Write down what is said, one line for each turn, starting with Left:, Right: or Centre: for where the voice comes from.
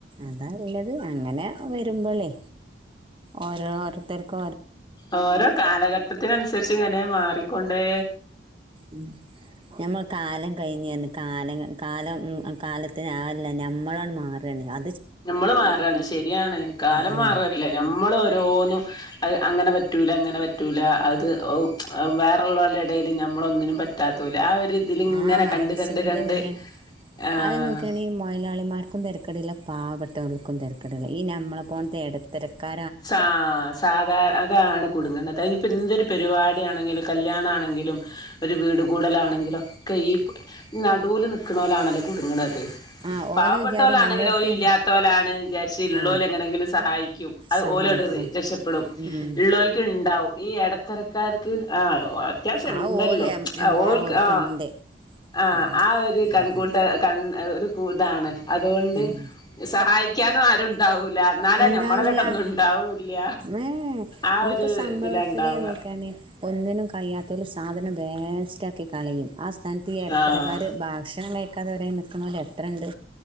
Right: അതാള്ളത് അങ്ങനെ വരുമ്പോളേ ഓ തർക്ക
Left: ഓരോ കാലഘട്ടത്തിന അനുസരിച്ച് ഇങ്ങനെ മാറിക്കൊണ്ട്േ
Right: ഉ ഞമ്മ കാലം കഴിഞ്ഞേന്ന്. കാല കാലം ഉം കാലത്തിന് അല്ല നമ്മളണ്ട് മാറന്നേ അ
Left: നമ്മള് മാറയാണ് ശരിയാണ് കാലം
Right: ഉം
Left: മാറല്ലേ ഞമ്മൾ ഓരോന്നും അ അങ്ങനെ പറ്റല അങ്ങനെ പറ്റൂല അത് വേറെ ള്ളോരെടേല് നമ്മളൊന്നിനും പറ്റാതോല് ആ ഒരു ഇതിലിങ്ങനെ
Right: ആ
Left: കണ്ട്
Right: അത്
Left: കണ്ട്
Right: ചിന്തവെരാണ്.
Left: കണ്ട് ആഹ്
Right: അത് നോക്കാണെങ്കി മൊതലാളിമാർക്കും തെരക്കടില്ല പാവപ്പെട്ടവർക്കും തെരക്കടില്ല ഈ നമ്മള ഇടത്തിരക്കാ
Left: സ സാധാര അതാണ് കൊടുങ്ങത് അതിനിപ്പോ എന്തൊരു പരിപാടിാണെങ്കിലും കല്യാണ ആണെങ്കിലും ഒരു വീട് കൂടലാണെങ്കിലൊക്കെ ഈ നടുവിൽ നിൽക്കണവലാണല്ലോ കുടുങ്ങണത്
Right: ആഹ്
Left: പാവപ്പെട്ടവലാണെങ്കിലും
Right: ഓലെ വിചാരം ഞമ്മളടുത്ത്
Left: ഓലും ഇല്ലാത്ത പോലാണ് വിചാരിച്ചള്ളല
Right: ആഹ്
Left: എങ്ങനെങ്കിലും സഹായിക്കും അത്
Right: സഹായിക്കും
Left: ഓലോട് രക്ഷപ്പെടും
Right: ഉം
Left: ഉള്ളവർക്ക് ഉണ്ടാവും ഈ ഇടത്തറക്കാർക്ക് ആഹ അത്യാവശ്യം
Right: ആ
Left: ഉണ്ടല്ലോ
Right: ഓല്
Left: ആ
Right: എമ്പാടും
Left: ഓ
Right: ഓൽക്ക്
Left: ആഹ
Right: ഇണ്ട്
Left: ആ
Right: ഉം
Left: ആ ഒരു കൺകൂട്ട
Right: അതാ
Left: കൺ ഒരു കൂ ഇതാണ് അതുകൊണ്ട്
Right: ഉം
Left: സഹായിക്കാനും ആരുുംണ്ടാവൂില്ല എന്നാല
Right: ഇണ്ടാവില്ല
Left: ഞമ്മളോട്ട ഒന്നും ഇണ്ടാവൂല്ല
Right: ഏ
Left: ആ
Right: ഇതിപ്പോ
Left: ഒരു
Right: സംഭവത്തില്
Left: ഇതിലാ ഇണ്ടാവ
Right: നോക്കാണ് ഒന്നിനും കഴ്യാത്തൽ സാധനം വേസ്റ്റാക്കി കളയും ആ സ്ഥാനത്ത് ഈ എ ടത്തരക്കാര്
Left: ആഹ്
Right: ഭാക്ഷണം കഴിക്കാതെ നിക്ക്ണോരെ എത്രെണ്ട്?